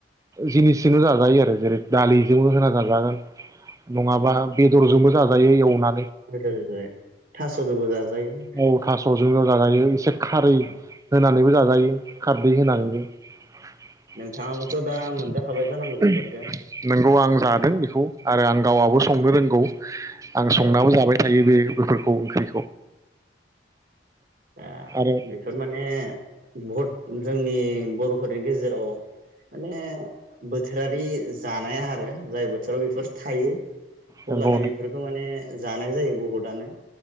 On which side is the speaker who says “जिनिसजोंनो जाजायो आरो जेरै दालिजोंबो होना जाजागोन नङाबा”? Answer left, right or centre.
Right